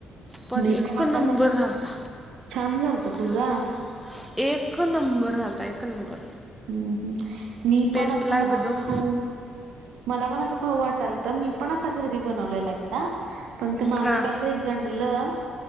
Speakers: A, in the centre; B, on the right.
A: पण
B: मी
A: एक नंबर
B: असा मग
A: झालता
B: छान झालता तुझा
A: छान झालता. एक नंबर झालता एक नंबर.
B: हम्म हम्म मी
A: टेस्टला
B: पण असं मला
A: एकदम
B: खाऊं मला पण असं खाऊ वाटालत मी पण असा घरी बनवलेला एकदा, पण ते माझं
A: हां
B: कांहीतरी गडलं